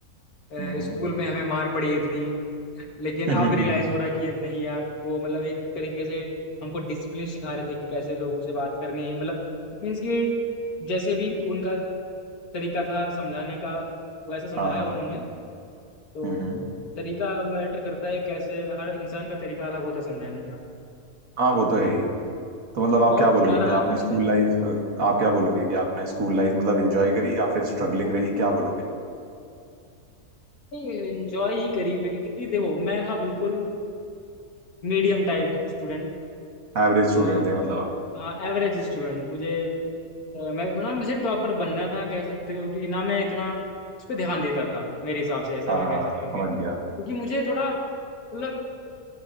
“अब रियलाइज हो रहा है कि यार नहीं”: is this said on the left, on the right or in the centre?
Left